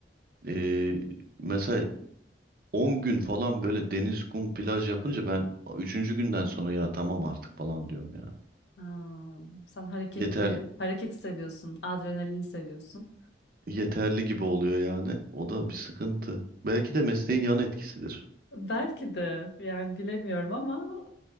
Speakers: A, on the right; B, on the left.
A: Ee, mesela 10 gün falan böyle deniz, kum, plaj yapınca ben üçüncü günden sonra ya tamam artık falan diyorum ya.
B: Hmm, sen hareketli,
A: Yeter
B: hareketi seviyorsun, adrenalini seviyorsun.
A: yeterli gibi oluyor yani. O da bir sıkıntı. Belki de mesleğin yan etkisidir.
B: Belki de yani bilemiyorum ama